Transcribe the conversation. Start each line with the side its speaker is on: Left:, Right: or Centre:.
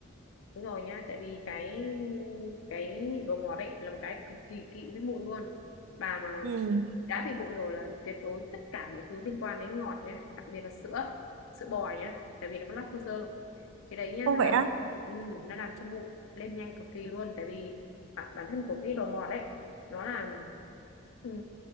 Left: đúng rồi nhá tại vì cái cái nhịn đồ ngọt ấy là một cái cực kỳ kỵ với mụn luôn bà mà
Right: ừ
Left: đã bị mụn rồi là tuyệt đối tất cả mọi thứ liên quan đến ngọt nhé đặc biệt là sữa sữa bò nhé tại vì nó có lactose cái đấy nhá
Right: ô
Left: nó
Right: vậy
Left: làm
Right: á
Left: cho mụn ừ, nó làm cho mụn lên nhanh cực kỳ luôn tại vì bản, bản thân của cái đồ ngọt ấy nó là ừm,